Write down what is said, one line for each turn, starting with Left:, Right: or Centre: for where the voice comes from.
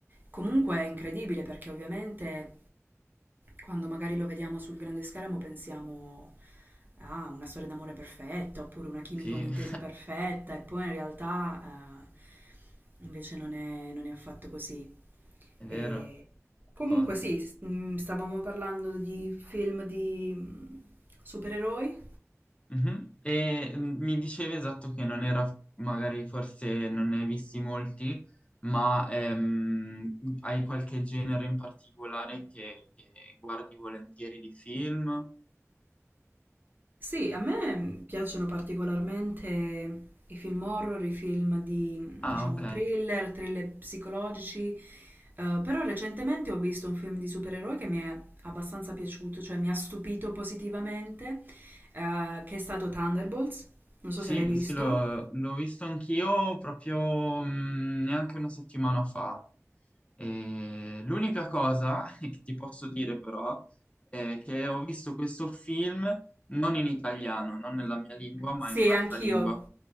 Right: Comunque è incredibile perché ovviamente quando magari lo vediamo sul grande schermo pensiamo a una storia d'amore perfetta oppure una chimica,
Left: Sì,
Right: un'intesa
Left: <laughs>
Right: perfetta e poi in realtà eh, invece non è, non è affatto così.
Left: è
Right: E
Left: vero,
Right: Comunque
Left: d'accordo.
Right: sì, s- mm, stavamo parlando di film di mm, supereroi.
Left: Mhm. E mm, mi dicevi esatto che non era, magari forse non ne hai visti molti, ma ehm, hai qualche genere in particolare che, che guardi volentieri di film?
Right: Sì, a me piacciono particolarmente i film horror, i film di,
Left: Ah,
Right: diciamo,
Left: ok.
Right: thriller, thriller psicologici, eh, però recentemente ho visto un film di supereroi che mi è abbastanza piaciuto, cioè mi ha stupito positivamente, eh, che è stato Thunderbolts. Non so
Left: Sì,
Right: se l'hai visto.
Left: sì, l'ho l'ho visto anch'io proprio mh, neanche una settimana fa. E L'unica cosa <laughs> che ti posso dire però è che ho visto questo film non in italiano, non nella mia lingua, ma
Right: Sì,
Left: in un'altra
Right: anch'io.
Left: lingua